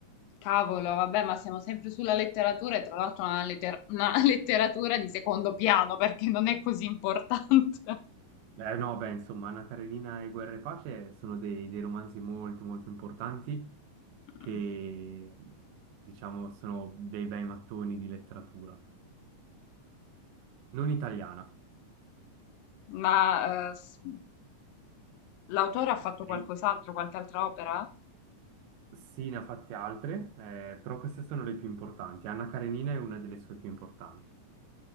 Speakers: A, on the left; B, on the right.
A: Cavolo, vabbè, ma siamo sempre sulla letteratura e tra l'altro una, letter- una <laughs> letteratura di secondo piano perché non è così importante.
B: Eh no, beh, insomma, Anna Karenina e Guerra e Pace sono dei, dei romanzi molto molto importanti
A: <laughs>
B: che, diciamo, sono dei bei mattoni di letteratura. Non italiana.
A: Ma eh, s- l'autore ha fatto
B: Sì,
A: qualcos'altro, qualche altra opera?
B: Sì, ne ha fatte altre, eh, però queste sono le più importanti. Anna Karenina è una delle sue più importanti.